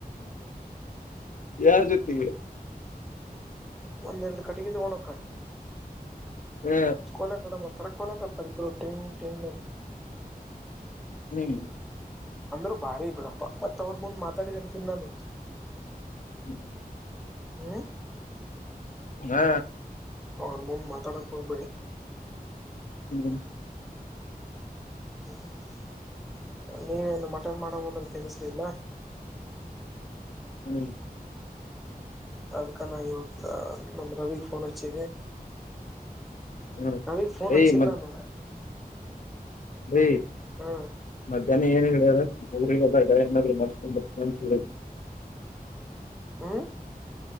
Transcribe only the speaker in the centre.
ಒಂದೆರಡು ಕಟ್ಟಿಕೊಂಡು
ಕೋಟಡ ಅಂತಾರೆ ಕೋಲಾಟಡ್ತಾರೆ ಇಬ್ರುಟ್ರೈನ್ ಟೈನ್ ಅಂತ
ಈ ಅಂದ್ರೆ ಬಾರೆ ಬಿಡಪ್ಪ ಮತ್ತೆ ಹಾರ್ಮೋನ್ ಮಾತಾಡಿದ್ರೆ ಅಂತ ನಾನು
ಹ್ಮ್
ಅವರ ಮುಂದೆ ಮಾತಾಡಬೇಡಿ
ಹ್ಮ್ ನೀವೇನು ಮಟನ್ ಮಾಡ ಅಂದ್ರೆ ತಿನ್ಸಲಿಲ್ಲ
ಅದಕ ನ ಇವತ್ತು ನಮ್ಮ ರವಿಗೆ ಫೋನ್ ಹಚ್ಚಿದೆ
ಅವನಿಗೆ ಫೋನ್
ಹಚ್ಚಿಲ್ಲ ನಾನು
ಹ್ಮ್
ಹಾ